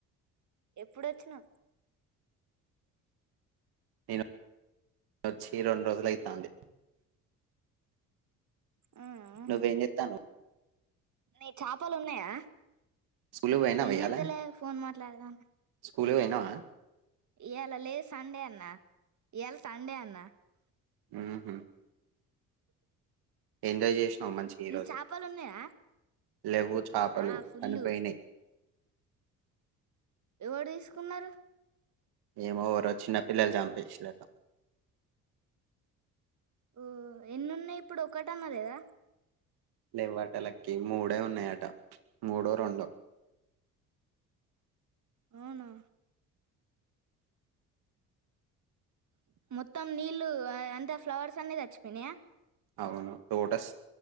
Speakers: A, on the right; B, on the right.
A: ఎప్పుడొచ్చినవ్
B: నేను వచ్చి రెండు రోజులైతాంది
A: ఆ
B: నువ్వేంజేత్తాన్నవ్
A: నీ చేపాలున్నాయా
B: స్కూల్ కి పోయినావా
A: ఏంజెత్తలే
B: ఇయ్యాల
A: ఫోన్ మాట్లాడదాం
B: స్కూల్ కు పొయినవా
A: ఇయ్యాల లేదు సండే అన్నా ఈయాల సండే అన్నా
B: ఊ హు ఎంజాయ్ చేయ్ ఆ మంచి ఈ
A: నీ
B: రోజే
A: చేపలు ఉన్నాయా
B: లెవ్వు చేపలు
A: ఆ ఫుల్
B: చనిపోయినై
A: ఎవడు తీసుకున్నరు
B: ఏమో వోరో చిన్నపిల్లల్చంపేసిరట
A: ఓ ఎన్నున్నయ్ ఇప్పుడు ఒకటన్న లేదా
B: లెవ్వట లక్కీ మూడే ఉన్నయట మూడో రెండో
A: అవునా మొత్తం నీళ్ళు అయంత ఫ్లవర్స్ అన్ని సచ్చిపొయినయా
B: అవును లొటస్